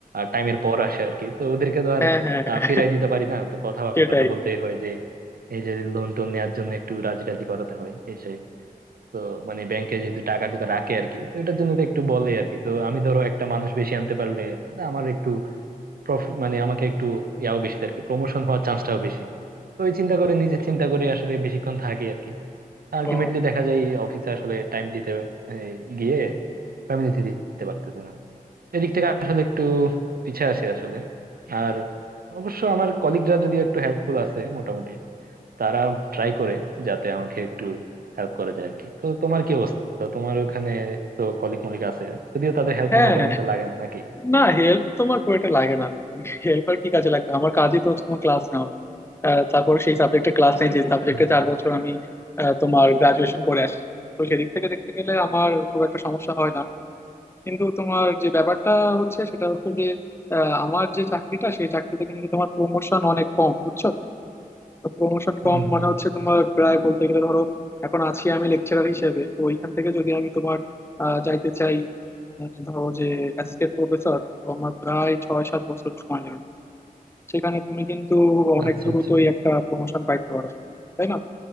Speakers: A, on the right; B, on the left.
A: টাইমের পর আসে আর কি তো ওদেরকে তো আর
B: হ্যাঁ হ্যাঁ
A: আহ, ফিরাই
B: হ্যাঁ,
A: দিতে পারি না তো কথাবার্তা
B: সেটাই
A: বলতেই হয় যে এই যে লোন টোন নেওয়ার জন্য একটু রাজি রাজি করাতে হয় এই সেই। তো মানে ব্যাংকে যেহেতু টাকা টুকা রাখে আর কি তো এটার জন্য তো একটু বলে আর কি তো আমি ধরো একটা মানুষ বেশি আনতে পারলে না, আমার একটু প্রফিট মানে আমাকে একটু ইয়াও বেশি আর কি প্রমোশন হওয়ার চান্সটাও বেশি তো ওই চিন্তা করে নিজে চিন্তা করে আসলে বেশিক্ষণ থাকে আর কি আলটিমেটলি
B: ও
A: দেখা যায় অফিসে আসলে টাইম দিতে মানে গিয়ে ফ্যামিলিতে দিতে পারতেছে না এদিক থেকে আসলে একটু পিছে আছি আসলে আর অবশ্য আমার কলিগরা যদিও একটু হেল্পফুল আছে মোটামুটি তারা ট্রাই করে যাতে আমাকে একটু হেল্প করা যায় আর কি তো তোমার কি অবস্থা তোমার ওখানে তো কলিগ মলিগ আছে যদিও তাদের হেল্প
B: হ্যাঁ
A: মনে হয় তেমন একটা লাগে না নাকি
B: না হেল্প তোমার খুব একটা লাগে না হেল্প আর কি কাজে লাগবে আমার কাজই তো হচ্ছে তোমার ক্লাস নাও আহ, তারপরে সেই সাবজেক্টে ক্লাস নেই যে সাবজেক্টে
A: হুম হুম
B: চার বছর আমি আহ, তোমার গ্রাজুয়েশন করে আসছি তো সেদিক থেকে দেখতে গেলে আমার খুব একটা সমস্যা হয় না কিন্তু তোমার যে ব্যাপারটা হচ্ছে সেটা হচ্ছে যে আহ, আমার যে চাকরিটা সেই চাকরিতে কিন্তু তোমার প্রমোশন অনেক কম বুঝছো প্রমোশন কম
A: হুম
B: মানে
A: হুম।
B: হচ্ছে তোমার প্রায় বলতে গেলে ধরো এখন আছি আমি লেকচারার হিসেবে তো ওইখান থেকে যদি আমি তোমার আহ, যাইতে চাই আহ, ধরো যে অ্যাসিস্ট্যান্ট প্রফেসর তো আমার প্রায় ছয় সাত বছর সময় লাগবে সেখানে তুমি কিন্তু অনেক
A: আচ্ছা
B: দ্রুতই
A: আচ্ছা
B: একটা প্রমোশন পাইতে পারো তাই না